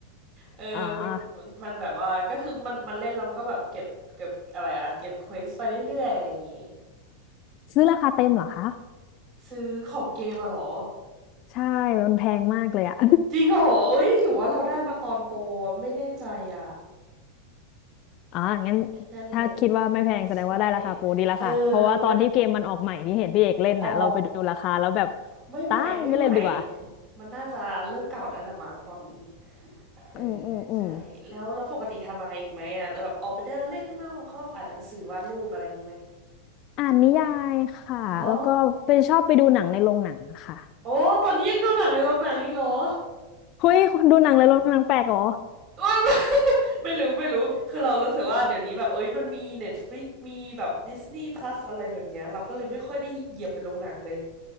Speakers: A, on the right (about 35°); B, on the left (about 40°).
A: เออมันมันมันแบบว่าก็คือมันมันเล่นแล้วมันก็แบบเก็บเก็บอะไรอะเก็บเควสไปเรื่อยๆอะไรอย่างงี้
B: อ่าซื้อราคาเต็มเหรอคะ
A: ซื้อของเกมมาเหรอ
B: ใช่ มันแพงมากเลยอะ
A: จริงเหรอเอ้ยหรือว่าเราได้มาตอนโปรไม่แน่ใจอ่ะ
B: <laughs> อ่างั้น
A: นั่นแหละ
B: ถ้าคิดว่าไม่แพงแสดงว่าได้ราคาโปรดีละค่ะ
A: ใช่ เออเป็น
B: เพราะว่าตอนที่เกมมันออกใหม่ที่เห็นพี่เอกเล่นน่ะเราไปดูราคาแล้วแบบ
A: อ๋อไม่ใหม่ไม่ใหม่
B: ตายไม่เล่นดีกว่า
A: มันน่าจะเริ่มเก่าแล้วละมั้งตอนนี้
B: <laughs>
A: เออ
B: อืมอืมอืม
A: ใช่แล้วแล้วปกติทำอะไรอีกไหมอ่ะแบบออกไปเดินเล่นข้างนอกชอบอ่านหนังสือวาดรูปอะไรอย่างงี้ไหม
B: อ่านนิยายค่ะแล้วก็ไปชอบไปดูหนังในโรงหนังอะค่ะ
A: อ๋อ โอ้ตอนนี้ยังดูหนังในโรงหนังอีกเหรอ
B: เฮ้ยคนดูหนังในโรงหนังแปลกเหรอ
A: ไม่ <laughs> ไม่รู้ไม่รู้คือเรารู้สึกว่าเดี๋ยวนี้แบบเอ้ยมันมี Netflix มีแบบ Disney Plus อะไรแบบเนี้ยเราก็เลยไม่ค่อยได้เหยียบไปโรงหนังเลย